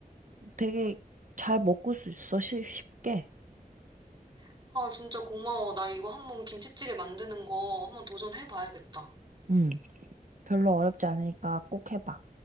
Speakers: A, on the right; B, on the right.
A: 되게 잘 먹을 수 있어. 쉽- 쉽게.
B: <laughs> 아, 진짜 고마워. 나 이거 한번 김치찌개 만드는 거 한번 도전해봐야겠다.
A: 응. 별로 어렵지 않으니까 꼭 해봐.